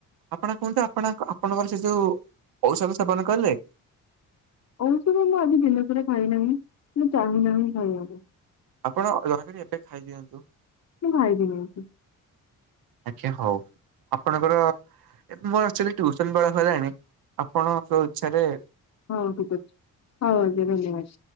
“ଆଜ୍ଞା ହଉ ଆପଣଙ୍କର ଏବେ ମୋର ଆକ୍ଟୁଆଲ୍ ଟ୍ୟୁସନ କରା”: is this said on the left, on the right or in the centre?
Right